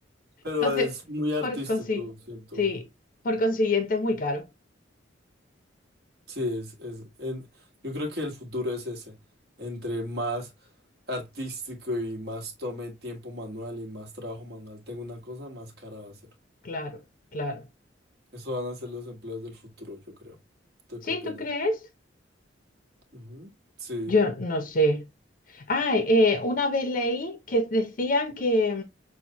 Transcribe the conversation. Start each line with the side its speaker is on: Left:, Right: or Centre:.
Right: pero
Left: Entonces,
Right: es muy artístico,
Left: por consi-
Right: siento.
Left: sí, por consiguiente es muy caro.
Right: Sí, es, es, en- yo creo que el futuro es ese, entre más artístico y más tome tiempo manual y más trabajo manual tengo una cosa, más cara va a ser.
Left: Claro, claro.
Right: Eso van a ser los empleos del futuro, yo creo. ¿Tú
Left: ¿Sí,
Right: qué opinas?
Left: tú crees?
Right: Ujú. Sí,
Left: Yo no sé. Ah, eh, una vez leí que decían que,